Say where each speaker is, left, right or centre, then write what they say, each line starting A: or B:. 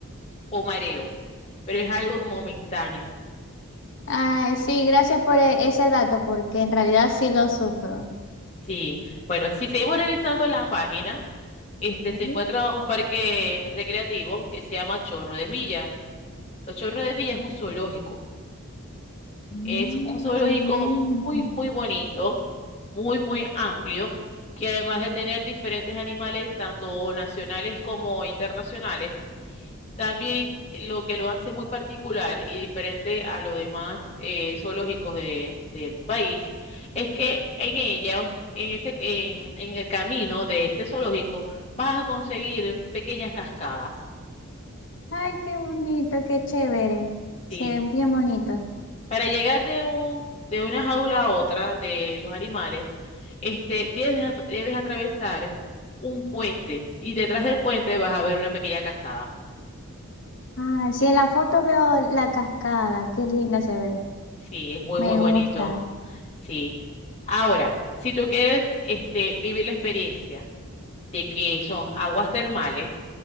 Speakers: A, on the left; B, on the left.
A: o mareo, pero es algo momentáneo.
B: Ay, sí, gracias por e- ese dato, porque en realidad sí lo sufro.
A: Sí, bueno, si seguimos revisando la página, este,
B: Ok.
A: se encuentra un parque recreativo que se llama Chorro de Milla. Los Chorros de Milla es un zoológico.
B: Mm,
A: Es un zoológico
B: qué lindo.
A: muy, muy bonito, muy, muy amplio, que además de tener diferentes animales, tanto nacionales como internacionales, También lo que lo hace muy particular y diferente a los demás eh, zoológicos de- del país es que en ellos, en ese, en, en el camino de este zoológico, vas a conseguir pequeñas cascadas.
B: Ay, qué bonito, qué chévere. Se
A: Sí.
B: ve bien bonito.
A: Para llegar de un, de una jaula a otra de los animales, este, debes, debes atravesar un puente y detrás del puente vas a ver una pequeña cascada.
B: Ah, sí, en la foto veo la cascada, qué linda se ve,
A: Sí, es muy,
B: me
A: muy bonito.
B: gusta.
A: Sí. Ahora, si tú quieres este, vivir la experiencia de que son aguas termales,